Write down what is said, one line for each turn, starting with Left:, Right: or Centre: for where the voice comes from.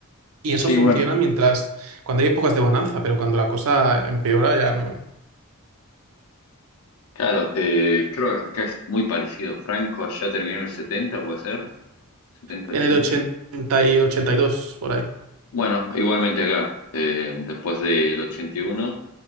Right: Y eso
Left: Sí,
Right: funciona
Left: bueno,
Right: mientras, cuando hay épocas de bonanza, pero cuando la cosa empeora ya no.
Left: claro, eh, creo que acá es muy parecido. Franco ya terminó el setenta puede ser, 70
Right: En
Left: ochenta
Right: el 80 y 82 por ahí.
Left: Bueno, igualmente acá, eh, después del ochenta ochenta y uno